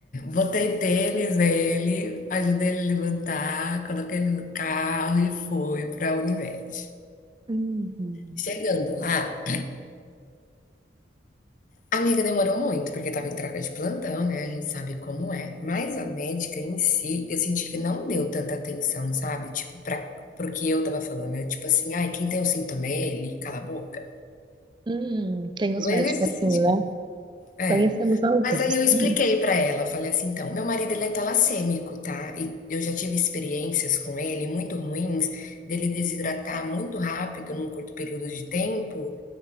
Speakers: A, on the left; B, on the right.
A: Botei tênis nele, ajudei ele a levantar, coloquei ele no carro e fui para a Unimed.
B: Uhum.
A: Chegando lá, Amiga, demorou muito, porque estava em troca de plantão, né? A gente sabe como é. Mas a médica em si, eu senti que não deu tanta atenção, sabe? Tipo, para pro que eu tava falando. É tipo assim, ai, quem tem um sintoma é ele, cala a boca.
B: Hum, tem uns
A: Mas
B: médicos
A: nesse
B: assim,
A: sentido,
B: né?
A: é.
B: Conhecemos alguns.
A: Mas aí eu expliquei
B: Hum.
A: pra ela, falei assim, então, meu marido ele é talassêmico, tá? E eu já tive experiências com ele muito ruins, dele desidratar muito rápido num curto período de tempo